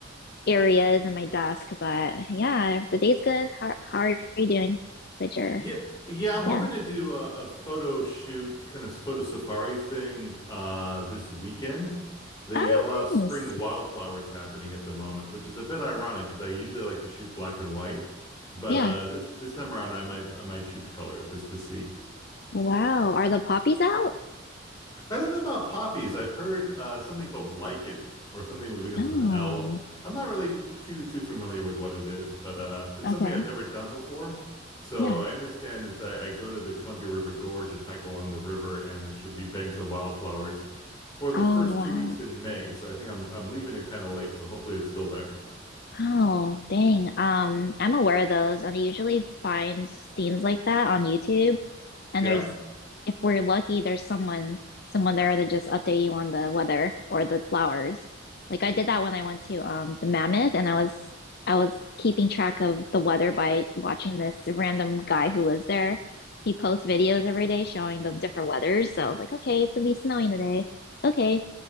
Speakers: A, on the left (about 55°); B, on the left (about 20°).
A: areas in my desk, but yeah, the day's good. How how are you doing with your
B: Yeah, yeah, I'm hoping
A: yeah.
B: to do a, a photo shoot, kind of photo safari thing uh, this weekend. They
A: Oh,
B: got a lot of spring
A: nice.
B: wildflowers happening at the moment, which is a bit ironic because I usually like to shoot black and white, but
A: Yeah.
B: uh, this this time around I might I might shoot color just to see.
A: Wow. Are the poppies out?
B: I don't know about poppies. I've heard uh, something called lichen or something that begins
A: Oh.
B: with an L. I'm not really too too familiar with what it is, but uh, it's
A: Okay.
B: something I've never done before. So
A: Yeah.
B: I understand it's I, I go to the Columbia River Gorge and hike along the river, and there should be banks of wildflowers for the
A: Oh,
B: first
A: wow.
B: two weeks in May. So I think I'm I'm leaving it kind of late, so hopefully it's still there.
A: Oh, dang. Um, I'm aware of those. I usually find scenes like that on YouTube And
B: Yeah.
A: there's, if we're lucky, there's someone someone there to just update you on the weather or the flowers. Like I did that when I went to um the Mammoth, and I was I was keeping track of the weather by watching this random guy who lives there. He posts videos every day showing the different weathers. So I was like, okay, it's gonna be snowing today. Okay,